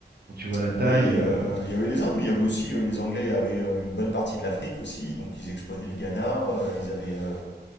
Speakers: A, on the right (about 60°); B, on the left (about 80°).
A: Quand tu vois la taille.
B: Oui,
A: euh,
B: euh, il y avait les Indes, mais il y avait aussi euh, les Anglais avaient euh, une bonne partie de l'Afrique aussi, donc ils exploitaient le Ghana, euh, ils avaient, euh,